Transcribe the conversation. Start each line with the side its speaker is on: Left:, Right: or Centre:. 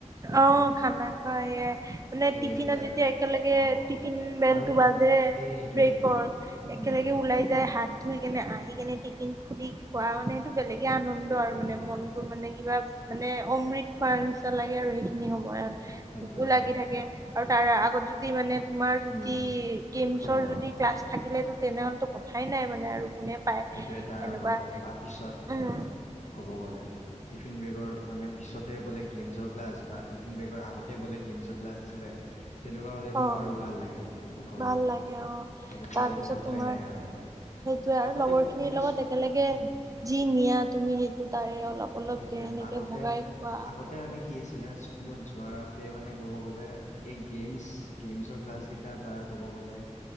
Left: তেনেকে
Right: অঁ খানা খোৱা সেয়াই মানে
Left: এইবিলাক
Right: টিফিনত যেতিয়া একেলগে
Left: অ
Right: টিফিন বেলটো
Left: আৰু
Right: বাজে
Left: এই সেইটোৱে
Right: ব্ৰেকৰ একেলগে
Left: উম
Right: ওলাই যায় হাত। ধুই কেনে আহি কেনে টিফিন খুলি খোৱা ম মানে সেইটো বেলেগে আনন্দ আৰু
Left: সেইটোৱে
Right: মানে মনতটো মানে কিবা মানে অমৃত খোৱাৰ নিচিনা আৰু সেইখিনি সময়ত
Left: সেইটোৱে
Right: ভোকো লাগি থাকে। আৰু তাৰ আগত। যদি মানে তোমাৰ যদি
Left: উম
Right: গেমছৰ
Left: অ
Right: যদি ক্লাছ থাকিলেতো তেনেহ'লেতো কথাই নাই মানে আৰু কোনে। পায়
Left: সেইটো এটাৰ
Right: সেনেকুৱা
Left: আগত বা পিছত
Right: উম
Left: মানে ক'ব গ'লে টিফিন বেগৰ মানে পিছত। তাতে বোলে গেমছৰ ক্লাজ বা টিফিন ব্ৰেকৰ আগতে বোলে গেমছ ক্লাজ আছিলে। তেনেকুৱা হলেতো
Right: অ
Left: আৰু ভাল লাগে ক'ব
Right: ভাল
Left: গলে
Right: লাগে অ
Left: তেনেকুৱা
Right: তাৰপিছত
Left: হলেতো কথাই
Right: তোমাৰ
Left: নাই আৰু।
Right: সেইটোৱে আৰু
Left: আগতে
Right: লগৰ
Left: ক'ব
Right: খিনিৰ
Left: গ'লে
Right: লগত
Left: স্ক-
Right: একেলগে
Left: উম,
Right: যি নিয়া তুমি সেইটো তাৰে অলপ অলপকে
Left: সেইটোয়ে
Right: সেনেকে
Left: আগতে
Right: ভগাই খোৱা
Left: আগতে মানে কি আছিলে স্কুলত যোৱাতে মানে ক'ব গ'লে এই গেমছ গেমছৰ ক্লাছকেইটা বা ক'ব গ'লে